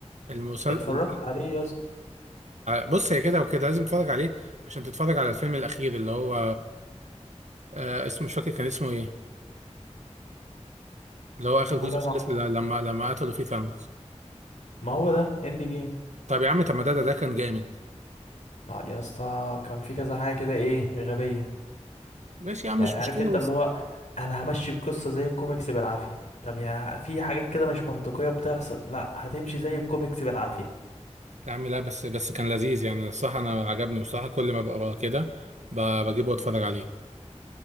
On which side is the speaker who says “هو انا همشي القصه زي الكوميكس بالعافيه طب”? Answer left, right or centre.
Left